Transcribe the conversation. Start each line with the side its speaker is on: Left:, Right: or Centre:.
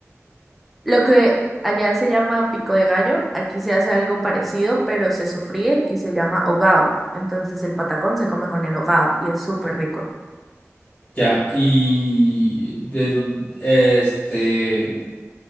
Centre: Lo que allá se llama pico de gallo, aquí se hace algo parecido, pero se sofríe y se llama hogado. Entonces el patacón se come con el hogado y es súper rico.
Left: Ya, y de do- este